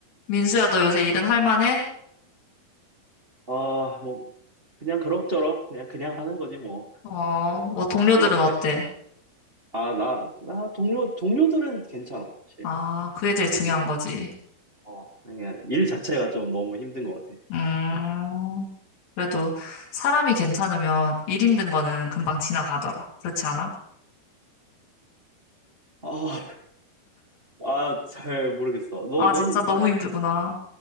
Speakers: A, on the left; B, on the right.
A: 민수야, 너 요새 일은 할 만해?
B: 아, 뭐, 그냥 그럭저럭, 그냥, 그냥 하는 거지, 뭐.
A: 어, 뭐 동료들은
B: 넌 어때?
A: 어때?
B: 아, 나, 나, 동료, 동료들은 괜찮아, 사실.
A: 아, 그게 제일 중요한
B: 오늘 괜찮아.
A: 거지.
B: 어, 그냥 일 자체가 좀 너무 힘든 것 같아.
A: 음, 그래도 사람이 괜찮으면 일 힘든 거는 금방 지나가더라. 그렇지 않아?
B: 아, 아, 잘 모르겠어. 너,
A: 아,
B: 너는,
A: 진짜 너무
B: 넌 어때?
A: 힘들구나.
B: 넌-